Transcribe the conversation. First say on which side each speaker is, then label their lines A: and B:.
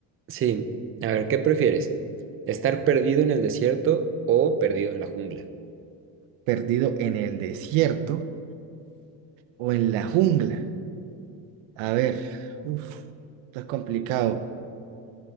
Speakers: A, on the right; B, on the right.
A: Sí. A ver, ¿qué prefieres? ¿Estar perdido en el desierto o perdido en la jungla?
B: Perdido en el desierto o en la jungla. A ver, uf, esto es complicado.